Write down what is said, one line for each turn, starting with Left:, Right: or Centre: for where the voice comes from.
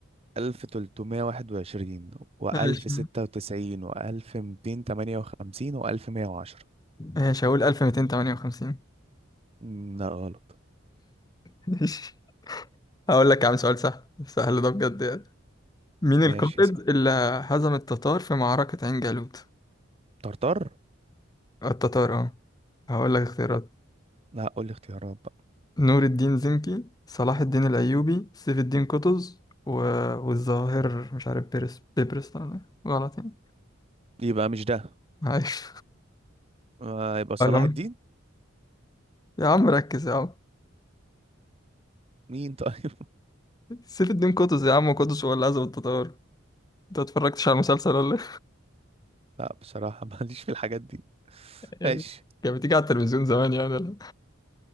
Right: ألف تلتمية واحد وعشرين وألف
Left: ماشي
Right: ستة وتسعين وألف ميتين تمانية وخمسين وألف مية وعشرة
Left: ماشي هقول 1258
Right: مم، لا غلط
Left: ماشي هقول لك يا عم سؤال سهل سهل ده بجد يعني مين القائد
Right: ماشي اسأل
Left: اللي هزم التتار في معركة عين جالوت
Right: طرطر
Left: التتار اه هقول لك اختيارات
Right: لا لا قول لي اختيارات بقى
Left: نور الدين زنكي صلاح الدين الأيوبي سيف الدين قطز و... والظاهر مش عارف بيرس بيبرس لا، لا، غلط يعني
Right: يبقى مش ده
Left: معلش
Right: آه، يبقى صلاح
Left: أقولهم
Right: الدين
Left: <laughs> يا عم ركز يا عم
Right: مين طيب
Left: سيف الدين قطز يا عم قطز هو اللي عزم التتار انت اتفرجتش على المسلسل ولا
Right: <laughs> لا بصراحة ماليش في الحاجات دي
Left: إيه؟
Right: ماشي
Left: <laughs> كانت بتيجي على التلفزيون زمان يعني ولا